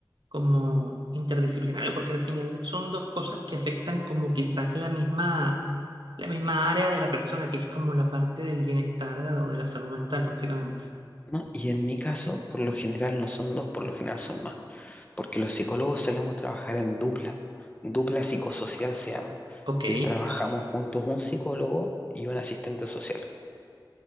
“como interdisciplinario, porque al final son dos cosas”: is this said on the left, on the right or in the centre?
Right